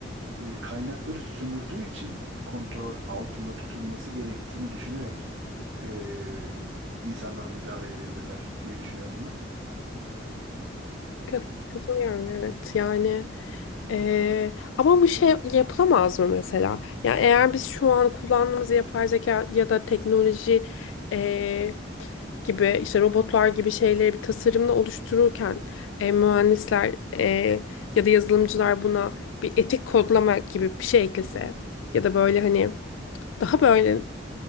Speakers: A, on the right; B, on the left.
A: e, kaynakları sömürdüğü için kontrol altında tutulması gerektiğini düşünerek e, insanlara müdahale edebilirler diye düşünüyorum ben.
B: Kat- Katılıyorum evet yani eee, ama bu şey yapılamaz mı mesela? Yani eğer biz şu an kullandığımız yapay zeka ya da teknoloji eee, gibi işte robotlar gibi şeyleri bir tasarımla oluştururken eee, mühendisler eee, ya da yazılımcılar buna bir etik kodlama gibi bir şey eklese ya da böyle hani daha böyle